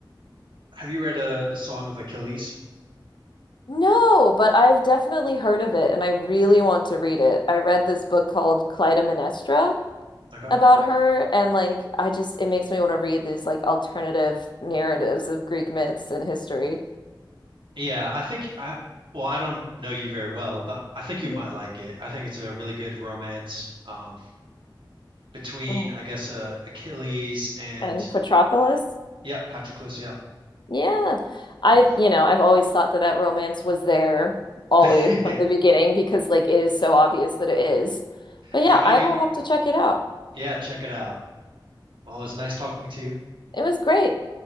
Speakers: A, on the right (about 75°); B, on the left (about 65°).
A: have you read uh The Song of Achilles?
B: No, but I've definitely heard of it and I really want to read it. I read this book called Clytemnestra
A: Okay.
B: about her and like I just it makes me want to read these like alternative narratives of Greek myths and history.
A: Yeah, I think I well, I don't know you very well, but I think you
B: Mhm.
A: might like it. I think it's a really good romance um between
B: Mm.
A: I guess uh Achilles and
B: And Patroclus.
A: yeah, Patroclus, yeah.
B: Yeah. I've,
A: Yeah.
B: you know, I've always thought that that romance was there always
A: <laughs>
B: from the beginning because like it is so obvious that it is. But
A: Yeah,
B: yeah,
A: I
B: I
A: mean,
B: will have to check it out.
A: yeah, check it out. Well, it's nice talking to you.
B: It was great.